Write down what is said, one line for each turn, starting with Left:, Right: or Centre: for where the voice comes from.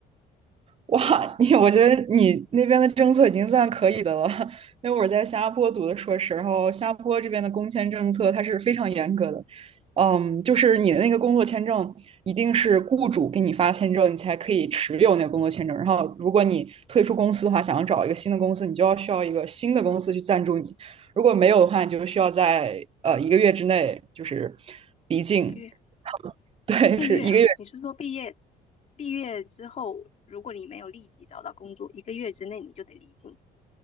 Right: 哇，你我觉得你那边的政策已经算可以的了，<laughs> 因为我在新加坡读的硕士，然后新加坡这边的工签政策它是非常严格的，嗯，就是你的那个工作签证一定是雇主给你发签证，你才可以持有那个工作签证，然后如果你退出公司的话，想要找一个新的公司，你就要需要一个新的公司去赞助你，如果没有的话，你就需要在呃一个月之内就是离境，
Left: 一个月，
Right: <laughs> 对，
Left: 一个月啊。
Right: 是一个月。
Left: 你是说毕业，毕业之后，如果你没有立即找到工作，一个月之内你就得离境？